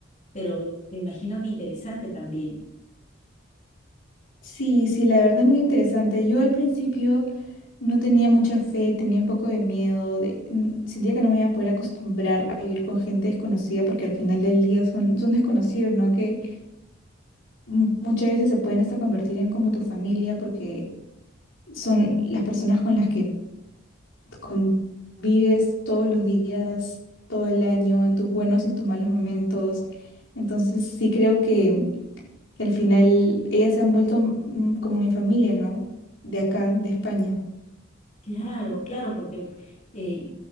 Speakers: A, on the left; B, on the left.
A: pero me imagino que interesante también.
B: Sí, sí, la verdad es muy interesante. Yo al principio no tenía mucha fe, tenía un poco de miedo, de- n- sentía que no me iba a poder acostumbrar a vivir con gente desconocida porque al final del día son, son desconocidos, ¿no? Que mu- muchas veces se pueden hasta convertir en como tu familia porque son las personas con las que convives todos los días, todo el año, en tus buenos y tus malos momentos. Entonces sí creo que que al final ellas se han vuelto mm, como mi familia, ¿no? De acá, de España.
A: Claro, claro, porque eh,